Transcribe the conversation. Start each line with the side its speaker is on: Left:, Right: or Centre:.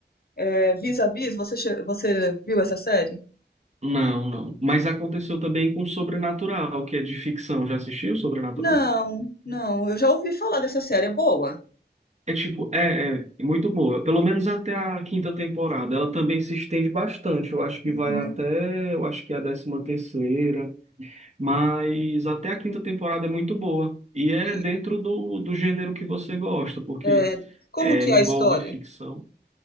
Left: é, Vis-a-Vis. Você, che- você viu essa série?
Right: Não, não. Mas aconteceu também com Sobrenatural, que é de ficção. Já assistiu Sobrenatural?
Left: Não, não. Eu já ouvi falar dessa série. É boa?
Right: É tipo, é, é é muito boa. Pelo menos até a quinta temporada. Ela também se estende bastante. Eu acho que
Left: Uhum.
Right: vai até, eu acho que é a décima terceira. Mas até a quinta temporada é muito boa. E é
Left: E,
Right: dentro do, do gênero que você gosta, porque
Left: é, como
Right: é,
Left: que
Right: envolve
Left: é a história?
Right: ficção.